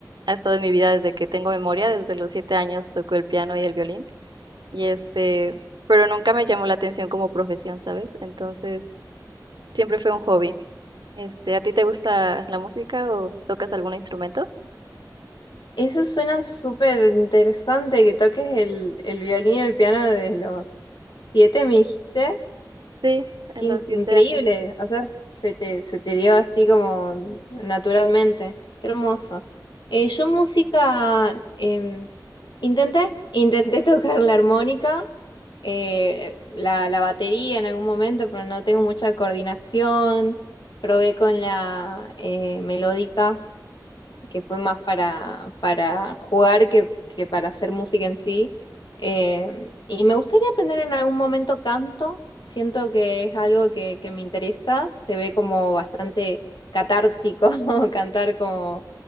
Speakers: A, on the right; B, on the left.
A: ha estado en mi vida desde que tengo memoria, desde los siete años toco el piano y el violín. Y este, pero nunca me llamó la atención como profesión, ¿sabes? Entonces, siempre fue un hobby. Este, ¿a ti te gusta la música o tocas algún instrumento?
B: Eso suena súper interesante, que toques el, el violín y el piano desde los siete, me dijiste.
A: Sí, en
B: Qué
A: los
B: in-
A: siete
B: increíble,
A: años.
B: o sea, se te, se te dio así como naturalmente. Qué hermoso. Eh, yo música, em, intenté, intenté <laughs> tocar la armónica, eh, la, la batería en algún momento, pero no tengo mucha coordinación. Probé con la eh, melódica, que fue más para, para jugar que, que para hacer música en sí. Eh, y me gustaría aprender en algún momento canto, siento que es algo que, que me interesa, se ve como bastante catártico <laughs> cantar como,